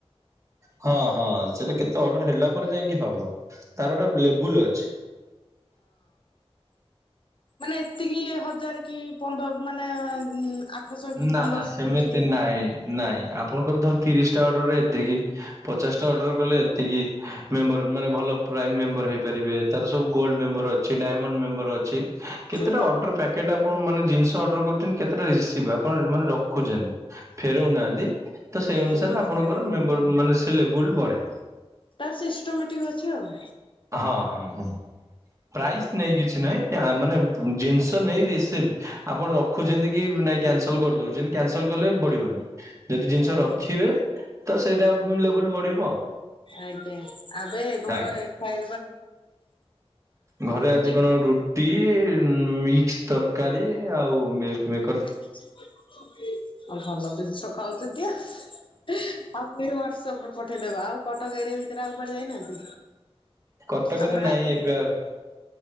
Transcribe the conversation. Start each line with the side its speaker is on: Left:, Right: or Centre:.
Right: ହଁ ହଁ ସେଟା କେତେ ତ ଅର୍ଡର ହେଲା ପରେ ଯାଇକି ହବ
Left: ହଁ
Right: ତାର ଗୋଟେ ଲେବୁଲ ଅଛି।
Left: ମାନେ ଏତିକି ହଜାର କି ପନ୍ଦର ମାନେ ଆଠଶହ କି
Right: ନା
Left: ପନ୍ଦରଶହ
Right: ନା ସେମିତି
Left: ଯେତିକି
Right: ନାଇଁ ନାଇଁ। ଆପଣଙ୍କର ଧର ତିରିଶ ଟା ଅର୍ଡର ରେ ଏତିକି ପଚାଶ ଟା ଅର୍ଡର କଲେ ଏତିକି ମେମ୍ବର ମାନେ ଭଲ ପ୍ରାଇମ ମେମ୍ବର ହେଇପାରିବେ ତାର ସବୁ ଗୋଲ୍ଡ ମେମ୍ବର ଅଛି ଡ଼ାଇମଣ୍ଡ ମେମ୍ବର ଅଛି। କେତେଟା
Left: ହୁଁ
Right: ଅର୍ଡ଼ର ପ୍ୟାକେଟ ଆପଣ ମାନେ ଜିନିଷ ଅଡ଼ର କରୁଛନ୍ତି କେତେଟା ରିସିଭ ପଣ ମାନେ ରଖୁଛନ୍ତି ଫେରଉନାହାନ୍ତି ତ ସେଇ ଅନୁସାରେ
Left: ହୁଁ
Right: ଆପଣଙ୍କର ମେମ୍ବର ମାନେ ସେ ଲେବୁଲ ବଢ଼େ।
Left: ତା ସିଷ୍ଟମ ଟିକେ ଅଛି ଆଉ।
Right: ହଁ ହଁ ହଁ ପ୍ରାଇସ୍ ନେଇ କିଛି ନହିଁ ମାନେ ଜିନିଷ ନେଇ ରିସିଭ ଆପଣ ରଖୁଛନ୍ତି କି ନାଇଁ କ୍ୟାନସଲ କରୁ ଦଉଛନ୍ତି କାନସଲ କଲେ ବଢ଼ିବନି ଯଦି ଜିନିଷ
Left: ଆଜ୍ଞା
Right: ରଖିବେ ତ ସେଇଟା ଲେବୁଲ ବଢ଼ିବ।
Left: ଆଜ୍ଞା ଆବେ ଘରେ
Right: ଆଜ୍ଞା
Left: ଏ ଖାଇ
Right: ଘରେ
Left: ରୁଟି
Right: ଆଜି କଣ ରୁଟି ମି ତରକାରୀ ଆଉ ମିଲ୍ ମିକ
Left: ଆଉ ଭଲ ଜିନିଷ ଖାଉଛନ୍ତି ଆଉ। ଆଉ ମୁ ହ୍ୱାଟସଆପ ରୁ ପଠେଇଦେବେ ଆଉ କଟକ ଏରି ଭିତରେ ଆଉ କୁଆଡ଼େ ଯାଇନାହାନ୍ତି?
Right: କଟକରେ
Left: ଆମର
Right: ନାହିଁ
Left: ହାଇକୋଟ
Right: ଏବେ ଆଉ